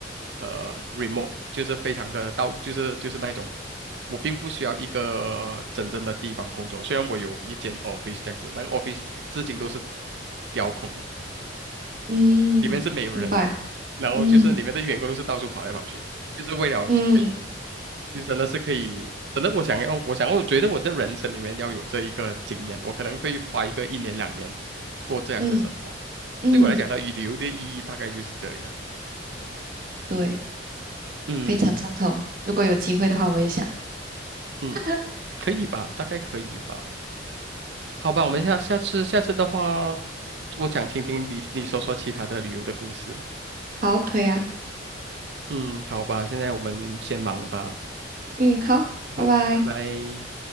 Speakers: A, on the right; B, on the right.
A: 呃 remote，就是非常的到就是就是那种，我并不需要一个真正的地方工作，虽然我有一间 office 这样子，那个 office 至今都是雕空的，
B: 嗯，
A: 里面是没有人的，
B: 明白。
A: 然后就是里面的员工都是到处跑来跑去，
B: 嗯
A: 就是为了可以。
B: 嗯
A: 就真的是可以，真的我想要，我想要，我觉得我这人生里面要有这一个经验，我可能会花一个一年两年过这样的生活。
B: 嗯嗯，
A: 对我来讲呢，旅游的意义大概就是这样。
B: 对，
A: 嗯
B: 非常赞同。如果有机会的话，我也想。
A: 嗯，
B: <laughs>
A: 可以吧？大概可以吧？好吧，我们下下次下次的话，我想听听你你说说其他的旅游的故事。
B: 好，可以啊。
A: 嗯，好吧，现在我们先忙吧。
B: 嗯，好，拜拜。
A: 好，拜拜。